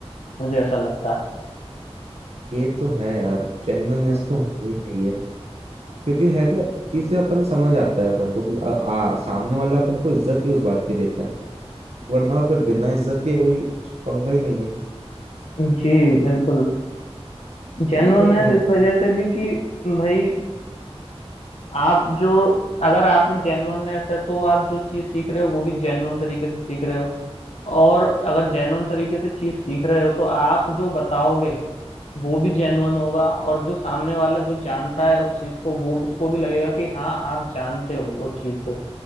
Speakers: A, on the left; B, on the right.
A: मुझे ऐसा लगता है
B: ये तो है यार जेन्युइननेस
A: हम्म
B: तो होनी चाहिए क्योंकि है कि चीज से अपन समझ आता है अपन को कि आ, आ, सामने वाला अपन को इज्जत ही उस बात की देता है वरना और पर बिना इज्जत के कोई पंगा ही नहीं है
A: हम्म। जी बिल्कुल जेन्युइननेस
B: यार पर है
A: इस वजह से भी कि भाई आप जो अगर आप में जेन्युइननेस है तो आप जो चीज सीख रहे हो वो भी जेन्युइन तरीके से सीख रहे हो और अगर जेन्युइन तरीके से चीज सीख रहे हो तो आप जो बताओगे वो भी जेन्युइन होगा और जो सामने वाला जो जानता है उस चीज को वो उसको भी लगेगा कि हाँ आप जानते हो वो चीज को